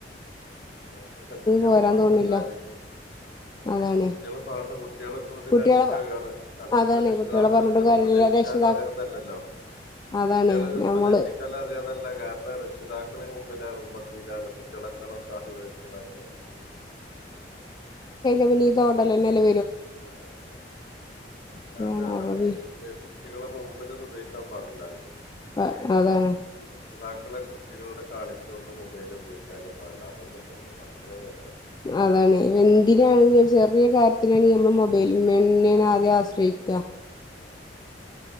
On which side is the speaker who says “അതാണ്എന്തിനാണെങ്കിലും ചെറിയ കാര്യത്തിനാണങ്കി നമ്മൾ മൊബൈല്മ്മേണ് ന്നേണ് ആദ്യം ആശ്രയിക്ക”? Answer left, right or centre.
Left